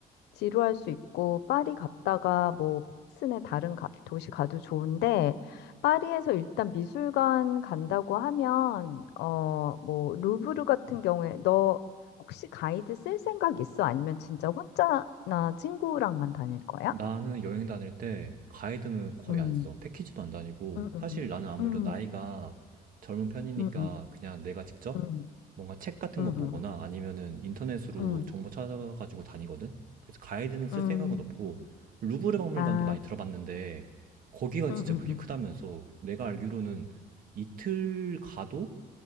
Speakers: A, on the left; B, on the right.
A: 지루할 수 있고 파리 갔다가 뭐 프랑스네 다른 가- 도시 가도 좋은데 파리에서 일단 미술관 간다고 하면 어 뭐 루브르 같은 경우에 너 혹시 가이드 쓸 생각 있어? 아니면 진짜 혼자나 친구랑만 다닐 거야?
B: 나는 여행 다닐 때 가이드는 거의
A: 음.
B: 안 써. 패키지도 안 다니고.
A: 음, 음,
B: 사실 나는 아무래도
A: 음.
B: 나이가 젊은 편이니까
A: 음, 음,
B: 그냥 내가 직접
A: 음,
B: 뭔가 책 같은
A: 음,
B: 거 보거나
A: 음,
B: 아니면은 인터넷으로
A: 음,
B: 정보 찾아가지고 다니거든? 그래서 가이드는 쓸
A: 음.
B: 생각은 없고,
A: 음.
B: 루브르 박물관도
A: 아,
B: 많이 들어봤는데, 거기가
A: 음,
B: 진짜
A: 음,
B: 그게
A: 음.
B: 크다면서 내가 알기로는 이틀 가도